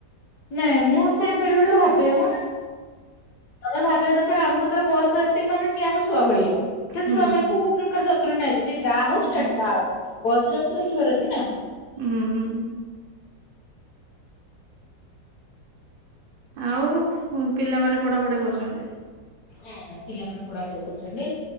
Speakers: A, on the left (about 65°); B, on the right (about 85°).
A: ନାଇଁ ମୁଁ ସେଇଆ ବେଳେ ବେଳେ ଭାବେ ମୁଁ ନା। ତମେ ଭା <unintelligible> ଦରକାର ଆମକୁ ତ ବୟସ ଏତିକ ମାନେ ସିଏ ଆମ ଛୁଆ ଭଳିଆ। ସେ
B: ହୁଁ
A: ଛୁଆ ମାନଙ୍କୁ କୋଉ ପ୍ରକାର ଯତ୍ନ ନିଆଯାଏ? ସିଏ ଜା ହୋଉ
B: ହୁଁ
A: ସେ ଜା ହୋଉ ବୟସ ଉରା ତ ଦେଖିବାର ଅଛି ନା?
B: ଉଁ ହୁଁ। ଆଉ ଉଁ ପିଲାମାନେ ପଢାପଢି କରୁଚନ୍ତି?
A: ହଁ ପିଲାମାନେ ପଢାପଢି କରୁଚନ୍ତି।